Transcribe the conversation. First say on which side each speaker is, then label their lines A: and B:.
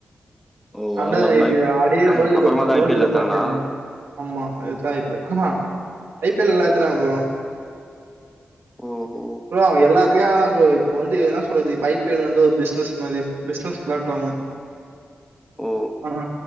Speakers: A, in the centre; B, on the right (about 90°).
A: ஓ
B: அண்டர்
A: அது அப்ப
B: எய்ட்டின்ல
A: ஐ பி
B: ஆடி வேல்டு
A: அப்புறமா
B: கப்
A: தா
B: world
A: I P L
B: cup
A: எத்தாங்களா
B: அச்சுருக்கானோ அம்மா அதுதா ஐ பி ஆஹா ஐ பி எல் லா எத்துட்டாங்க ப்ரோ
A: ஓஹோ
B: ப்ரோ அவ எல்லாத்துலயு ஆடறா ப்ரோ இப்ப வந்து எதனா என்ன சொல்றது இப்ப ஐ பி எல் வந்து ஒரு பிஸ்னஸ் மாரி பிஸ்னஸ் பிளாட்ஃபாமு
A: ஓ
B: ஆனா